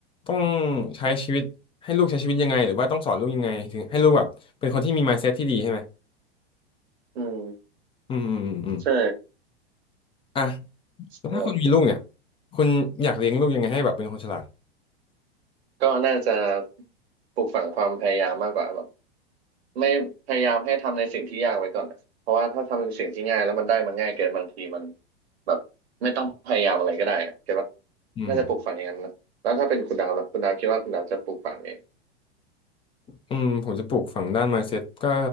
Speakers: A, on the left; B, on the right.
A: ต้องใช้ชีวิตให้ลูกใช้ชีวิตยังไงหรือว่าต้องสอนลูกยังไงถึงให้ลูกแบบเป็นคนที่มี mindset ที่ดีใช่ไหม
B: อืม
A: อืมอืมอืมอืม
B: ใช่
A: อ่ะแล้วถ้าคุณมีลูกเนี่ย
B: เออ
A: คุณอยากเลี้ยงลูกยังไงให้แบบเป็นคนฉลาด
B: ก็น่าจะปลูกฝังความพยายามมากกว่าแบบ ไม่พยายามให้ทำในสิ่งที่ยากไว้ก่อนอะเพราะว่าถ้าทำในสิ่งที่ง่ายแล้วมันได้มันง่ายเกินบางทีมันแบบไม่ต้องพยายามอะไรก็ได้อะเก็ตว่า
A: อืม
B: น่าจะปลูกฝังอย่างนั้นนะแล้วถ้าเป็นคุณดาวล่ะคุณดาวคิดว่าคุณดาวจะปลูกฝังเอง
A: อืมผมจะปลูกฝังด้าน mindset ก็